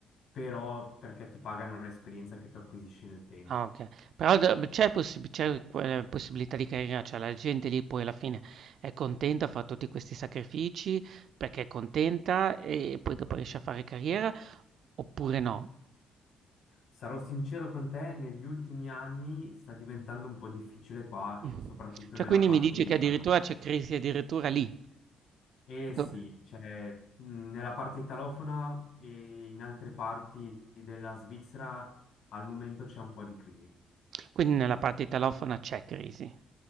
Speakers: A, on the left; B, on the right.
A: però perché ti pagano l'esperienza che tu acquisisci nel tempo.
B: Ah okay. Però d c'è possib c'è que possibilità di carriera, cioè la gente lì poi alla fine è contenta, fa tutti questi sacrifici perché è contenta e poi dopo riesce a fare carriera oppure no?
A: Sarò sincero con te, negli ultimi anni sta diventando un po' difficile qua,
B: Mh.
A: soprattutto
B: Cioè
A: nella
B: quindi
A: parte
B: mi dici
A: italofona.
B: che addirittura c'è crisi addirittura lì?
A: Eh sì,
B: Do
A: cioè, mh, nella parte italofona e in altre parti della Svizzera al momento c'è un po' di crisi.
B: quindi nella parte italofona c'è crisi.